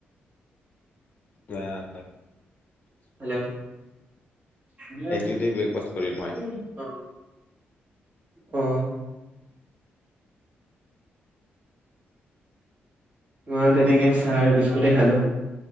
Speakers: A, on the left; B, on the right.
A: না
B: হেল্ল' <unintelligible> <unintelligible>
A: সেইটো দি ব্ৰেকফাষ্ট কৰিলো হয়
B: অহ। মইয়ো তেনেকেই
A: উম
B: চাহ আৰু বিস্কুতেই খালোঁ।